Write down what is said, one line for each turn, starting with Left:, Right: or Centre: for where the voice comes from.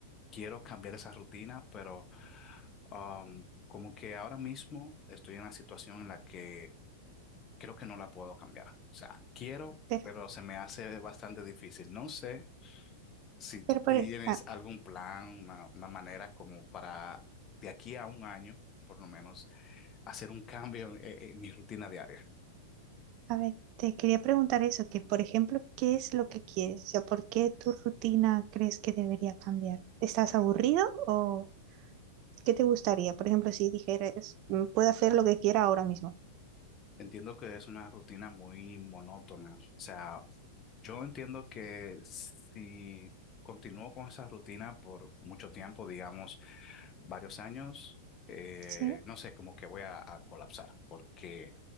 Left: quiero cambiar esa rutina, pero um, como que ahora mismo estoy en una situación en la que creo que no la puedo cambiar. O sea, quiero,
Right: Pero,
Left: pero se me hace bastante difícil. No sé si tú
Right: pero
Left: tienes
Right: por, e-, ah,
Left: algún plan, una, una manera como para de aquí a un año, por lo menos, hacer un cambio en en mi rutina diaria.
Right: A ver, te quería preguntar eso, que por ejemplo, ¿qué es lo que quieres? O sea, ¿por qué tu rutina crees que debería cambiar? ¿Estás aburrido o qué te gustaría? Por ejemplo, si dijeras, "Mm, puedo hacer lo que quiera ahora mismo.
Left: Entiendo que es una rutina muy monótona. O sea, yo entiendo que si continúo con esa rutina por mucho tiempo, digamos varios años, eh,
Right: Sí,
Left: no sé, como que voy a, a colapsar. Porque